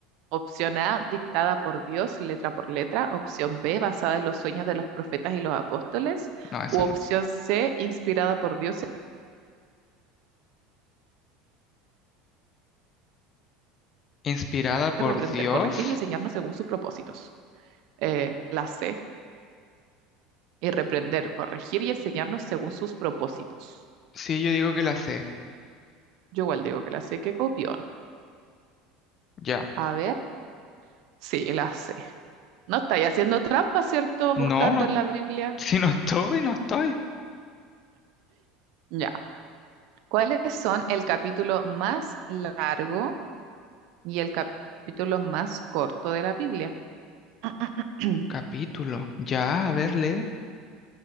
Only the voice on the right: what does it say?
opción A, dictada por Dios letra por letra, opción B, basada en los sueños de los profetas y los apóstoles,
u opción
C, inspirada por Dios,
de reprender,
corregir y enseñarnos según sus propósitos. Eh, la C, y reprender, corregir y enseñarnos según sus propósitos.
Yo igual digo que la C, que copió.
A ver, Sí, la sé. No estáis haciendo trampa, ¿cierto?
Buscando
en la Biblia.
Ya. ¿Cuáles son el capítulo más largo y el capítulo más corto de la Biblia? <clears throat>